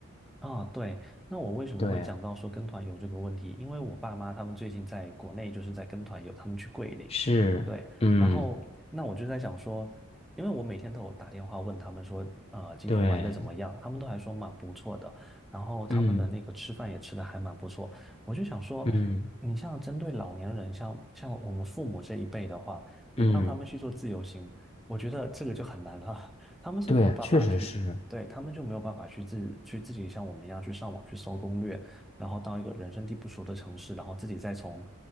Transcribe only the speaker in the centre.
啊，对，那我为什么会讲到说跟团游这个问题？
因为我爸妈他们最近在国内就是在跟团游，他们去桂林，
对，
然后那我就在想说，因为我每天都有打电话问他们说，呃，今天玩的怎么样？
他们都还说蛮不错的，然后他们的那个吃饭也吃的还蛮不错，
我就想说，
你像针对老年人，像像我们父母这一辈的话，你让他们去做自由行，
我觉得这个就很难了。<laughs> 他们是没有办法去对，
他们就没有办法去自去自己像我们一样去上网去搜攻略，然后到一个人生地不熟的城市，然后自己再从